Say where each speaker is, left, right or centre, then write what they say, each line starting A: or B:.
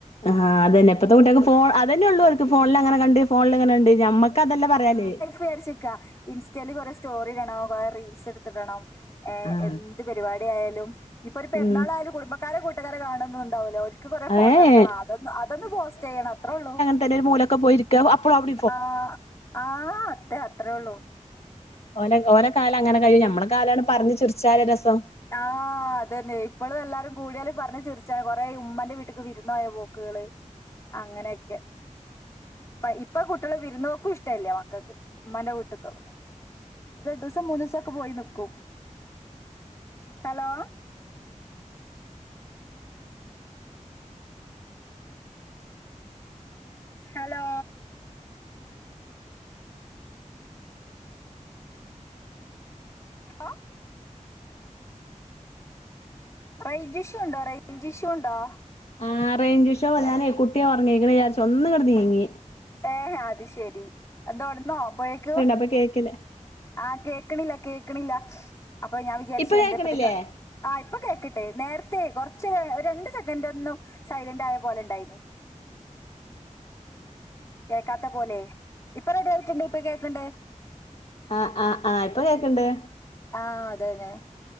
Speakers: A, on the left (about 50°); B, on the left (about 25°).
A: ആഹ് അതന്നെ ഇപ്പത്തെ കുട്ട്യൾക്ക് ഫോ അതന്നെള്ളൂ ഓൽക്ക് ഫോൺലങ്ങനെ കണ്ട് ഫോൺല് ങ്ങനെണ്ട് ഞമ്മക്ക് അതല്ല പറയാലേ.
B: പേട്ച്ച്ക്ക ഇൻസ്റ്റേല് കൊറേ സ്റ്റോറിടണം കൊറേ റീൽസ്ട്ത്ത്ടണം. ഏഹ്
A: ആഹ്
B: എന്ത് പരിവ്യാട്യായാലും ഞ്പ്പൊര് പെര്ന്നാളായാലും
A: ഉം
B: കുടുംബക്കാരെ കൂട്ടകാരെ കാണൊന്നുണ്ടാവുല ഓൽ ക്ക് കൊറെ ഫോട്ടട്ക്കണം
A: ഏഹ്
B: അതൊ അതൊന്ന് പോസ്റ്റയ്യണം അത്രൊള്ളൂ.
A: ത്തന് മൂലക്ക പോയിരി ക്ക അപ്പളു അവുടി
B: ആഹ്. ആഹ് അതേ അത്രേ ഉള്ളു.
A: ഓല ഓലകാലങ്ങനെ കയും ഞമ്മളെ കാലാണ് പർഞ്ഞ് ചിർച്ചാല് രെസം.
B: ആഹ് അതന്നെ ഇപ്പളുഎല്ലാരും കൂട്യാല് പറഞ്ഞ് ചിർച്ച കൊറെയി ഉമ്മന്റെ വീട്ടിക്ക് വിരുന്നോയ പോക്ക്കള് അങ്ങനെയൊക്കെ പ്പ ഇപ്പൊ കുട്ട്യള് വിരുന്നോക്കും ഇഷ്ടല്ല്യ മക്കക്ക് ഉമ്മാന്റെ വീട്ട്ക്കൊന്നും രണ്ടൂസം മൂന്നുസൊക്കെ പോയി നിക്കും. ഹലോ? ഹെലോ? ആഹ് റെയ്ഞ്ചിഷുണ്ടോ റെയ്ഞ്ചിഷ്യുണ്ടോ?
A: ആഹ് റേഞ്ചിഷ്യൂ ഞാനെ കുട്ടി ഒർങ്ങീക്ക്ണ്ചാര്ച്ച് ഒന്ന്ങ്ങട്ട് നീങ്ങി.
B: ഏഹെ അത് ശെരി. എന്തോണന്നോപ്പഴേക്കും.
A: പ്പ കേക്കല്ലേ
B: ആഹ്, കേക്ക്ണില്ല, കേക്ക്ണില്ല അപ്പൊ ഞാൻ വിചാരിച്ച്
A: ഇപ്പൊ
B: എന്തേപ്പത്
A: കേക്കണില്ലേ
B: ക ആഹ് ഇപ്പൊ കേക്ക്ണ്ട്. നേര്ത്തെയ് കൊർച്ച് രു രണ്ട് സെക്കന്റൊന്നും സൈലന്റായപോലെണ്ടയ്നി. കേക്കാത്ത പോലെ, ഇപ്പൊ റെഡി ആയിറ്റ്ണ്ട് ഇപ്പൊ കേക്ക്ണ്ട്.
A: ആഹ്, ആഹ്, ആഹ്. ഇപ്പൊ കേക്ക്ണ്ട്.
B: ആഹ്, അതെന്നെ